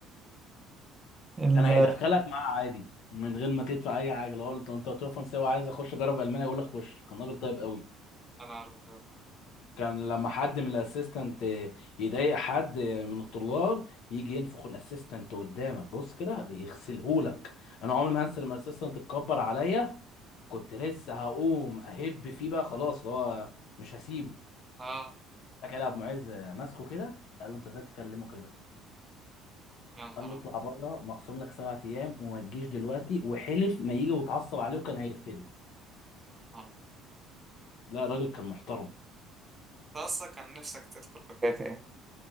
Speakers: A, on the right (about 15°); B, on the left (about 60°).
A: ال-
B: كان هيدخلك معاه عادي من غير ما تدفع اي حاجه لو قلت انت قلت له فرنساوي وعايز اخش اجرب المانيا يقول لك خش كان راجل طيب قوي
A: انا أبيض
B: كان لما حد من الاسيستنت يضايق حد من الطلاب يجي ينفخ الاسيستنت قدامك بص كده يغسلهولك انا عمري ما هنسى لما الاسيستنت اتكبر عليا كنت لسه هقوم اهب فيه بقى خلاص هو مش هسيبه
A: اه
B: كده ابو معز ماسكه كده قال له انت ازاي تكلمه كده
A: يا نهار
B: قال له
A: أبيض
B: اطلع بره مخصوم لك سبعة ايام وما تجيش دلوقتي وحلف ما يجي وتعصب عليه وكان هيرفده
A: نهار أبيض.
B: لا راجل كان محترم
A: انت اصلا كان نفسك تدخل كلية ايه